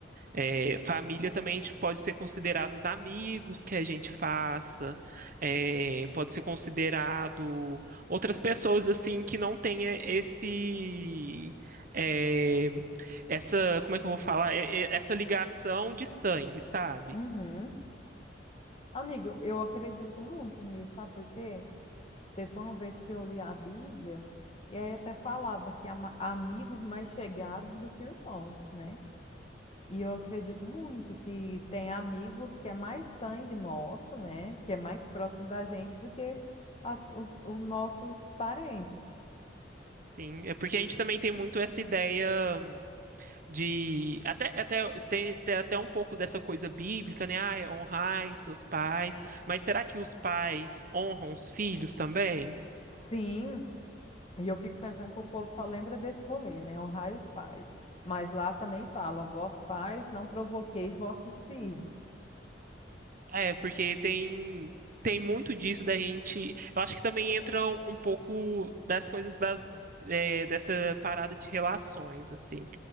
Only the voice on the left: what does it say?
Uhum. Amigo, eu acredito muito nisso, sabe por quê? Teve uma vez que eu li a Bíblia, e aí até falava que ama- amigos mais chegados do que irmãos, né? E eu acredito muito que tem amigos que é mais sangue nosso, né? Que é mais próximo da gente do que as- os, os nossos parentes.
Sim, E eu fico pensando que o povo só lembra desse rolê, né? Honrai os pais. Mas lá também fala, vós pais, não provoqueis vossos filhos.